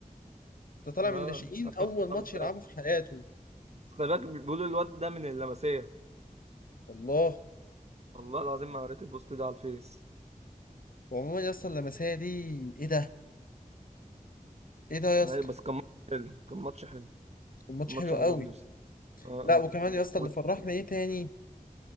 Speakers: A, on the left; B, on the right.
A: ده طالع
B: اه
A: من الناشئين
B: آه،
A: اول ماتش
B: آه،
A: يلعبه
B: آه.
A: في حياته
B: بس خلي بالك بيقولوا الواد ده من اللمسية
A: والله
B: والله العظيم ما قريت البوست ده على الفيس
A: وعموما يا اسطى اللمسيه دي ايه ده ايه ده يا اسطى
B: أيوة، بس كان كان ماتش حلو
A: الماتش
B: الماتش
A: حلو
B: عجبني
A: قوي
B: بس. اه
A: لا
B: اه
A: وكمان يا اسطى
B: و...
A: اللي فرحنا ايه تاني